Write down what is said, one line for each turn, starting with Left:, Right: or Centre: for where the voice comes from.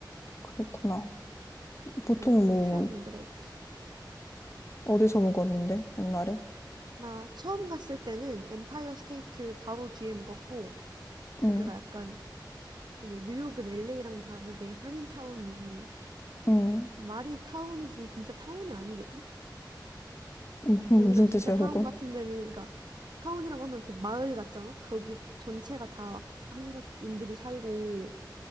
Left: 그렇구나. 보통
Right: 음,
Left: 뭐,
Right: 치안 문제가 있지.
Left: 어디서 먹었는데, 옛날에?
Right: 나 처음 갔을 때는 엠파이어 스테이트 바로 뒤에 묵었고, 거기가
Left: 응,
Right: 약간, 이게 뉴욕은 LA랑 다르게 한인타운이
Left: 응.
Right: 말이 타운이지 진짜 타운이 아니거든?
Left: <laughs> 무슨
Right: 오히려 진짜
Left: 뜻이야,
Right: 타운
Left: 그건?
Right: 같은 데는, 그러니까 타운이라고 하면 이렇게 마을 같잖아? 거기 전체가 다 막 한국인들이 살고